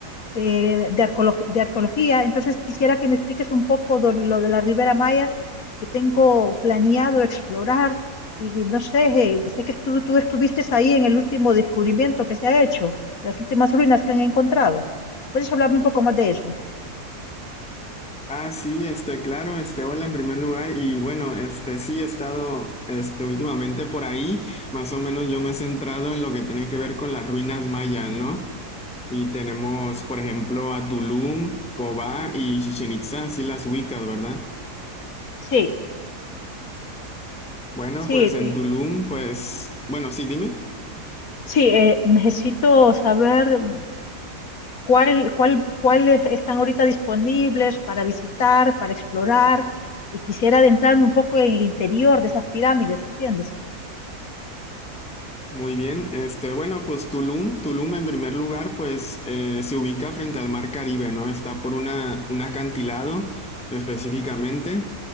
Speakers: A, on the left; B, in the centre.
A: eh, de arqueolog- de arqueología, entonces quisiera que me expliques un poco de lo de la Ribera Maya que tengo planeado explorar y no sé, eh, sé que tú, tú estuviste ahí en el último descubrimiento que se ha hecho, las últimas ruinas que han encontrado. ¿Puedes hablarme un poco más de eso?
B: Ah, sí, este, claro, este, hola en primer lugar y bueno, este, sí he estado, este, últimamente por ahí, más o menos yo me he centrado en lo que tiene que ver con las ruinas mayas, ¿no? Y tenemos, por ejemplo, a Tulum, Cobá y Chichen Itzá, sí las ubicas, ¿verdad?
A: Sí,
B: Bueno,
A: sí,
B: pues en Tulum, pues, bueno, sí, dime.
A: Sí, eh, necesito saber mm, cuál, cuál, cuáles están ahorita disponibles para visitar, para explorar, y quisiera adentrarme un poco en el interior de esas pirámides, ¿entiendes?
B: Muy bien, este, bueno, pues Tulum, Tulum en primer lugar, pues eh, se ubica frente al Mar Caribe, ¿no? Está por una, un acantilado específicamente.